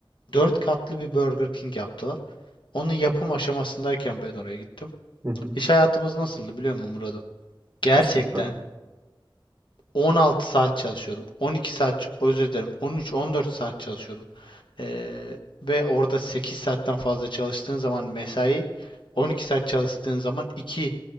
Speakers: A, on the left (about 65°); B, on the right (about 30°).
A: dört katlı bir Burger King yaptılar. Onun yapım aşamasındayken ben oraya gittim.
B: Hı hı.
A: İş hayatımız nasıldı biliyor musun Murat'ım? Gerçekten
B: Aslında. Kanka,
A: 16 saat çalışıyordum. 12 saat, özür dilerim 13-14 saat çalışıyordum. Ee, ve orada 8 saatten fazla çalıştığın zaman mesai, 12 saat çalıştığın zaman 2.